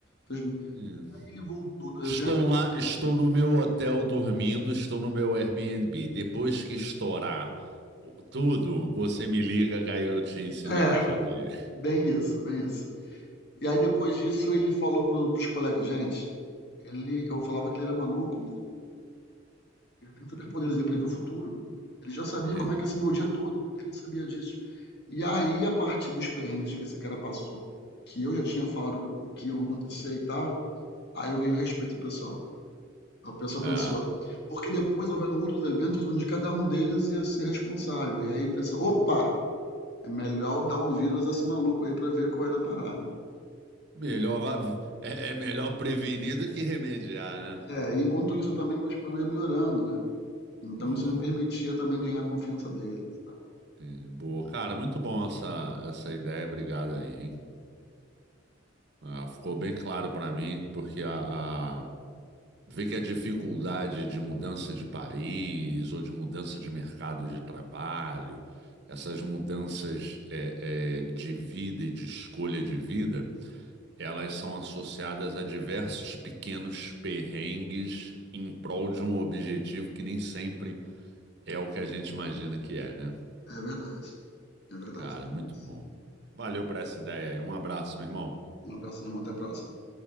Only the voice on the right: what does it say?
Hum.
Estou
lá, estou no meu hotel dormindo, estou no meu Airbnb. Depois que estourar o- tudo, você me liga que aí eu te ensino
a resolver.
<laughs>
É.
Melhor, va- é, é melhor prevenir do que remediar, né?
Boa,
entendi. boa. Cara, muito bom essa, essa ideia, obrigado aí, hein? Ah, ficou bem claro pra mim, porque a, a- ver que a dificuldade de mudança de país ou de mudança de mercado de trabalho, essas mudanças é, é, de vida e de escolha de vida, elas são associadas a diversos pequenos perrengues em prol de um objetivo que nem sempre É o que a gente imagina que é, né?
Cara,
muito
bom. Valeu por essa ideia aí. Um abraço, meu irmão.